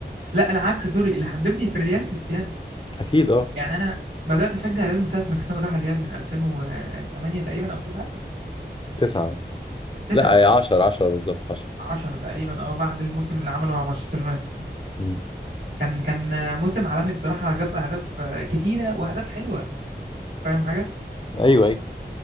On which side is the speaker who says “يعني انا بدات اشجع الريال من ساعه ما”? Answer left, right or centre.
Right